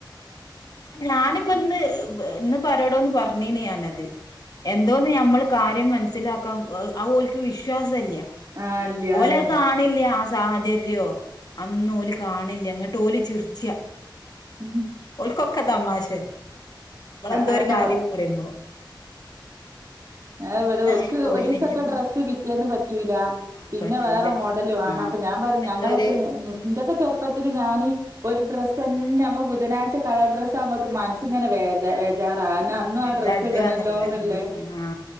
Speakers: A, on the left; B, on the right.
A: ആ ഞാനിപ്പ ഇന്ന് ഇന്നിപ്പരോടോ ഒന്ന് പറഞ്ഞീ ഞാനത് അത് എന്തോന്ന് നമ്മൾ കാര്യം മനസ്സിലാക്കാൻ ഓല്ക്ക് വിശ്വാസല്ല..
B: ആഹ് ഇല്ല്യ
A: ഓലത്
B: അതെന്നെ
A: കാണ്ണില്ല സാഹചര്യോ അന്നും ഓലി കാണില്ല ങ്ങോട്ട് ഓലി ചിർച്ച
B: ഉഹ
A: ക്കൊക്കെ തമാശെ നമ്മളെന്തോ
B: അതെന്നെ
A: ഒരു കാര്യം പറയുമ്പോ-
B: ഏലെ
A: അങ്ങനെ
B: ഓക്ക്
A: ആയി പോയിന്
B: ഒരൂസിട്ട
A: ഇനിയിപ്പോ
B: ഡ്രസ്സ് പിറ്റേന്ന് പറ്റൂല
A: ആ
B: പിന്നെ
A: പറ്റൂല
B: വേറെ മോഡല് വേണം.
A: ആ
B: അപ്പൊ ഞാൻ പറയും
A: പിന്നെ
B: ഞങ്ങളൊക്കെ
A: എന്തോ ഒരു
B: ഇന്റെക്കൊ ചെറുപ്പം - റുപ്പത്തില് ഞാനീ ഒരു ഡ്രസ്സ് തന്നെുമ്പോ ബുധനാഴ്ച്ച കളർ ഡ്രസ് ആകുമ്പോ ത് മനസ് ഇങ്ങനെ വേദ- ബജാറാ അന്നും ആ
A: എന്താ
B: ഡ്രസ്സ്
A: ഇടാന്ന്ള്ള
B: ഇടണല്ലോന്നുള്ളേ..
A: ഉം ആ